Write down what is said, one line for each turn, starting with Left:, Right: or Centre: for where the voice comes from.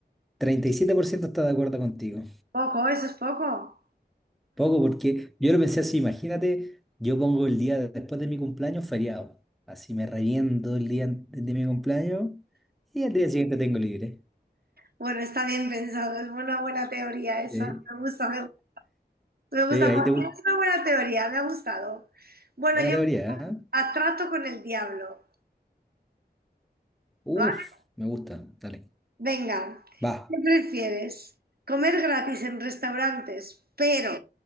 Centre: 37% está de acuerdo contigo.
Right: Poco, eso es poco.
Centre: Poco, porque yo lo pensé así, imagínate, yo pongo el día de- después de mi cumpleaños feriado. Así me reviento el día antes de mi cumpleaños y al día siguiente tengo libre.
Right: Bueno, está bien pensado, es una buena teoría esa.
Centre: Sí,
Right: Me gusta, me, me gusta.
Centre: sí, ahí
Right: Joaquín,
Centre: te gusta.
Right: Es una buena teoría, me ha gustado. Bueno,
Centre: Buena
Right: yo
Centre: teoría, ¿eh?
Right: a trato con el diablo,
Centre: Uf,
Right: ¿vale?
Centre: me gusta. Dale.
Right: Venga,
Centre: Va.
Right: ¿qué prefieres? ¿Comer gratis en restaurantes, pero